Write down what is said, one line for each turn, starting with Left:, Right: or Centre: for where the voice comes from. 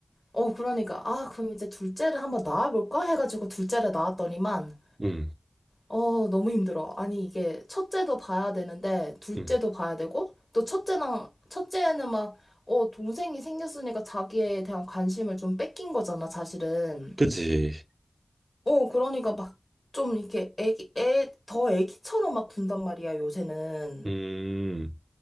Left: 어, 그러니까, 아, 그럼 이제 둘째를 한번 낳아볼까? 해가지고 둘째를 낳았더니만,
Right: 음,
Left: 어, 너무 힘들어. 아니, 이게 첫째도 봐야 되는데, 둘째도
Right: 음,
Left: 봐야 되고, 또 첫째는, 첫째는 막, 어, 동생이 생겼으니까 자기에 대한 관심을 좀 뺏긴 거잖아, 사실은.
Right: 그지?
Left: 어, 그러니까 막, 좀 이렇게 애기, 애, 더 애기처럼 막 군단 말이야, 요새는.
Right: 음,